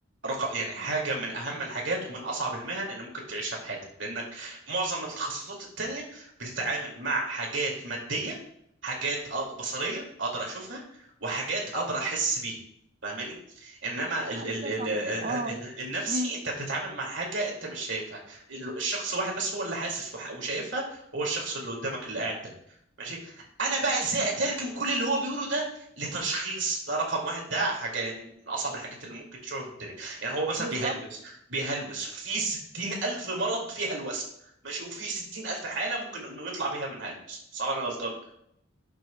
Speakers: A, on the right (about 70°); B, on the right (about 40°).
A: رقم يعني حاجة من أهم الحاجات ومن أصعب المهن اللي ممكن تعيشها في حياتك لأنك في معظم التخصصات التانية بتتعامل مع حاجات مادية حاجات أق- بصرية أقدر أشوفها وحاجات أقدر أحس بيها فاهماني انما ال
B: على
A: ال
B: فكرة
A: ال
B: صح اه
A: ال- النفسي
B: امم
A: انت بتتعامل مع حاجه انت مش شايفها ال- الشخص واحد بس هو اللي حاسس وح- وشايفها هو الشخص اللي قدامك اللي قاعد ده ماشي انا بقى ازاي اترجم كل اللي هو بيقوله ده لتشخيص ده رقم واحد ده حاجه يعني من اصعب الحاجات اللي ممكن تشوفها في الدنيا يعني هو مثلا
B: بالظبط
A: بيهلوس بيهلوس في 60 ألف مرض في هلوسة ماشي وفي 60 ألف حالة ممكن إنه يطلع بيها من هلوس صعب أنا غلطان